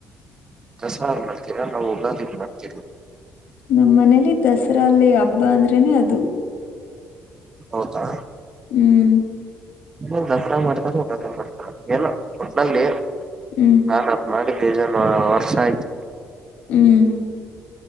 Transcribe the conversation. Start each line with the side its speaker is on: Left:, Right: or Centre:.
Right: ಕಸ ಮಾಡ್ತೀರಾ ನಾವು ಲಾಾದಿ ಮಾಡ್ತೀವಿ
Left: ನಮ್ಮ ಮನೇಲಿ ದಸರಾ ಅಲ್ಲಿ ಹಬ್ಬ ಅಂದ್ರೇನೆ ಅದು
Right: ಹೌದಾ
Left: ಹ್ಮ್,
Right: ್ ದಸರ ಮಾಡ್ತಾರೋಗ ಬರ್ತಾರ ಏನ ಒಟ್ನಲ್ಲಿ
Left: ಹ್ಮ್,
Right: ನಾನ್ ಮಾಡ ವರ್ಷ ಆಯ್ತ
Left: ಹ್ಮ್